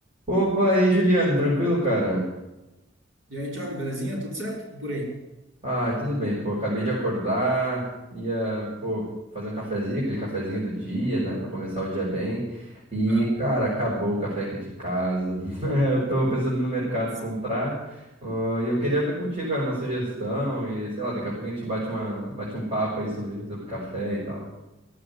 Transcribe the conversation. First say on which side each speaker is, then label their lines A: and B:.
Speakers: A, on the right; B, on the right.
A: Opa, e aí, Juliano, tranquilo, cara?
B: E aí, Thiago, belezinha? Tudo certo? E por aí?
A: Ah, tudo bem, pô, acabei de acordar, ia, pô, fazer um cafezinho, aquele cafezinho do dia, né, Pra começar o dia bem. E,
B: Aham.
A: cara, acabou o café aqui de casa. <laughs> Eu tô pensando no mercado
B: Putz,
A: comprar, ah, e eu queria ver contigo, cara, uma sugestão e, sei lá, daqui a pouco a gente bate uma, bate um papo aí sobre, sobre café e tal.